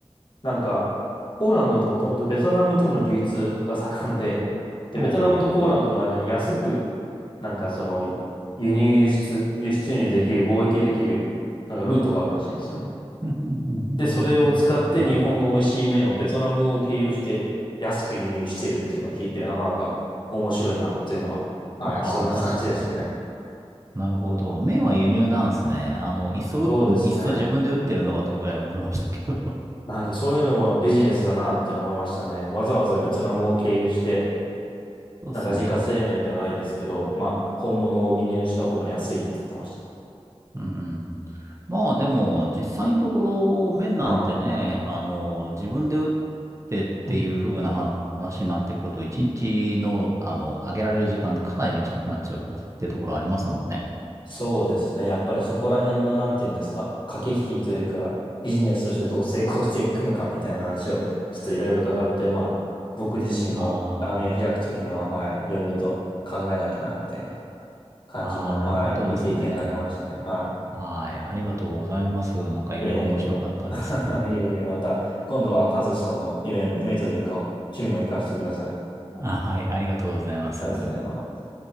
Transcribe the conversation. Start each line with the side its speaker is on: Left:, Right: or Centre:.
Left: なんか、ポーランドってもともとベトナムとの流通が盛んで、で、
Right: おうほうほ
Left: ベトナムとポーランドの間に安くなんかその、輸入輸出、輸出入できる、貿易できる、なんかルートがあるらしいんですね。
Right: う。ふんうんうんうんうんうんうん
Left: で、それを使って日本の美味しい麺をベトナムを経由して安く輸入してるっていうのを聞いて、なかなか面白いなっていうのは、
Right: はあ、
Left: はい、そんな感じでしたね。
Right: 確かに。なるほど。麺は輸入なんですね。あの、いっそ、
Left: そうですね。
Right: いっそ自分で打ってるのかとぐらい思いましたけど。
Left: なんかそういうのもビジネスだなって思いましたね。わざわざベトナムを経由して、
Right: <laughs> そうですね。
Left: なんか自家製麺ではないですけど、まあ、本物を輸入した方が安いって言ってました。
Right: うんうん。まあでも、実際のところ、麺なんてね、
Left: は
Right: あの、自分で打ってっていう風な話になってくると、
Left: い。
Right: 一日の、あの、揚げられる時間ってかなり短くなっちゃうってところありますもんね。
Left: そうですね。やっぱりそこら辺の、なんていうんですか、駆け引きというか、ビジネスとしてどう成功していくのかみたいな話を、ちょっといろいろ伺って、まあ、僕自身も、
Right: あ
Left: 網を開くときには、はい、いろいろと考えなきゃな、みたいな感じの、
Right: あ、ああ、
Left: はい、
Right: なるほどですね。
Left: いい経験になりましたね。は
Right: はい。ありがとうございます。なんかいろいろ面白かったです。
Left: い。いえいえ。<laughs> いえいえ、また、今度は、和志さんの夢、夢というか、趣味を聞かせてください。
Right: あ、はい。ありがとうございます。
Left: ありがとうございます。